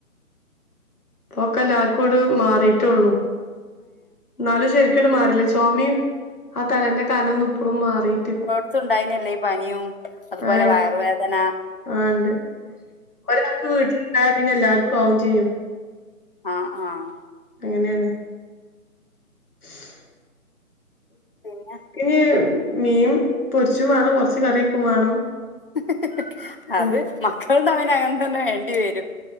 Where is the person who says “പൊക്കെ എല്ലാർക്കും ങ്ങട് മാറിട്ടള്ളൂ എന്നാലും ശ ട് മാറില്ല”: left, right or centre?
Left